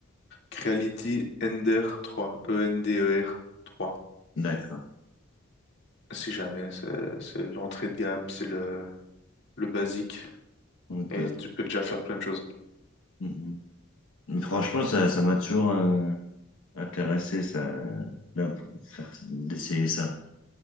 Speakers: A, on the left (about 60°); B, on the left (about 80°).
A: Creality Ender 3, E-N-D-E-R 3.
B: D'accord.
A: Si jamais, c'est c'est l'entrée de gamme, c'est le, le basique.
B: Ok.
A: Et tu peux déjà faire plein de choses.
B: Mhm. Mais Franchement, ça, ça m'a toujours euh, intéressé, ça, euh, d'en- faire- d'essayer ça.